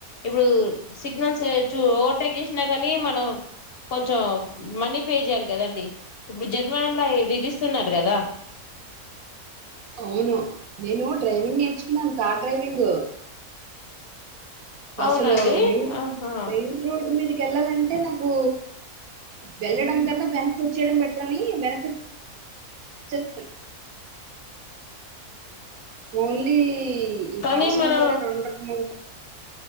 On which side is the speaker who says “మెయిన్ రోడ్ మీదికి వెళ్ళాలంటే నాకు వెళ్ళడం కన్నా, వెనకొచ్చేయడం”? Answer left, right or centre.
Right